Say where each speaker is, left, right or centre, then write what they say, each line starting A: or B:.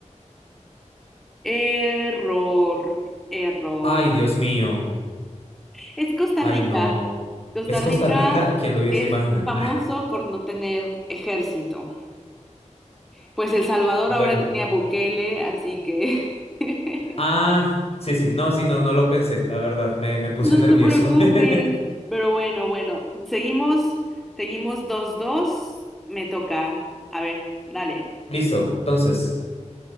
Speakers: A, in the centre; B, on the left (about 55°).
A: Error, error.
B: Ay, Dios mío.
A: Es Costa
B: Ay,
A: Rica.
B: no.
A: Costa
B: Es Costa
A: Rica
B: Rica quien lo hubiese
A: es
B: imaginado.
A: famoso
B: Ah,
A: por no tener ejército. Pues El Salvador
B: bueno.
A: ahora tiene a Bukele, así que <laughs>
B: Ah, sí, sí. No, sí, no, no lo pensé, la verdad. Me, me puse
A: no
B: nervioso.
A: te preocupes.
B: <laughs>
A: Pero bueno, bueno, seguimos, seguimos dos dos. Me toca. A ver, dale.
B: Listo. Entonces,